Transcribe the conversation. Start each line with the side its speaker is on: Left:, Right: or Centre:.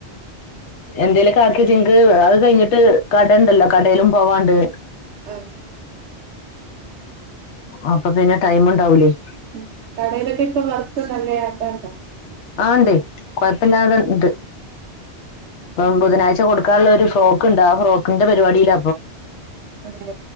Left: എന്തേലൊക്കെ ആക്കിയെച്ച ഇൻക് അത് കഴിഞ്ഞിട്ട് കടണ്ടല്ലോ കടയിലും പോവാണ്ട്
Right: ആഹ്
Left: അപ്പൊ പിന്നെ ടൈം ഇണ്ടാവൂലേയ്
Right: ഉം കടയിലൊക്കെ ഇപ്പ <unintelligible>
Left: ആ ഇണ്ടേയ് കൊഴപ്പല്ലാതെണ്ട് ഉം ബുധനാഴ്ച കൊടുക്കാനുള്ള ഒരു ഫ്രോക്ക്ണ്ട് ആ ഫ്രോക്കിന്റെ പരിപാടിയില
Right: അതേ